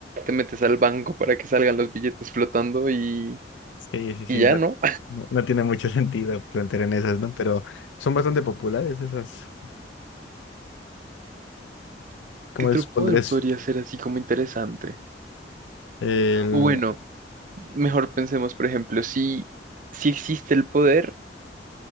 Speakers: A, on the right; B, on the left.
A: te metes al banco para que salgan los billetes flotando y,
B: Sí, sí, sí,
A: y ya,
B: no,
A: ¿no?
B: no- no tiene mucho <laughs> sentido plantear en esas, ¿no? Pero son bastante populares esas.
A: <laughs>
B: ¿Cómo
A: ¿Qué otro
B: les pondrías?
A: poder podría ser así como interesante?
B: El...
A: O Bueno, mejor pensemos, por ejemplo, si, si existe el poder.